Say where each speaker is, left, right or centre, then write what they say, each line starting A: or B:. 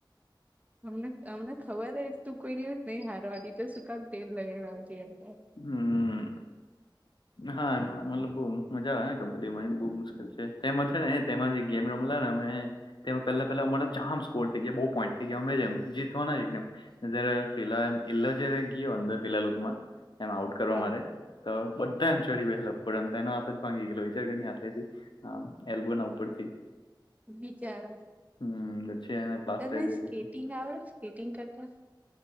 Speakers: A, on the right; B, on the left.
A: અમને અમને ખબર હ તું કોઈ દિવસ નહી હારવાથી તો શું કામ તેલ લગાડવા આવતી એ
B: હમ હા એમાં મતલબ બહ મજા આવેને કબડ્ડી માં બહુ મુશ્કેલ છે તેમાં છે ને તેમાં જે ગેમ રમલા ને પહેલા પેલા અમારા જામ સ્કોર થઈ ગયા બહુ પોન્ટ થઈ ગયા અમેમ જીતવાના એકમ પેલા એલો જ ગયો અંદર પેલા લુકમાં એમ આઉટ કરવા
A: હા
B: માટે તો બધા એમ ચડી વહેલા પડે એમ હા જ ભાંગી ગય વિચાર કરીથી એલ્બ ઉપડથી
A: બચારો
B: હમ પછી એને પ્લાસ્ટર
A: તને
B: કર્યું
A: સ્કેટિંગ આવે સ્કેટિંગ કરતા